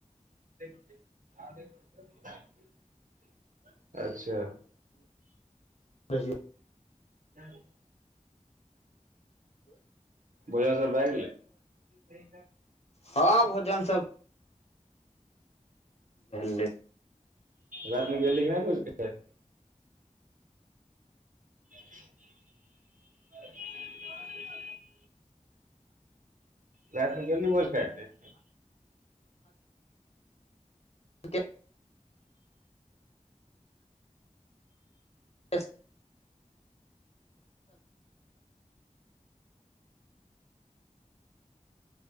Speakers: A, on the right; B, on the left.
A: <unintelligible> अच्छा
B: <unintelligible>
A: <inaudible> भोजन सभ भए गेलैय
B: हँ भोजन सभ भेलै
A: राति मे गेलही कि नहि भोज खाइ <unintelligible> रातिमे गेल रही भोज खाइले रे
B: के <unintelligible>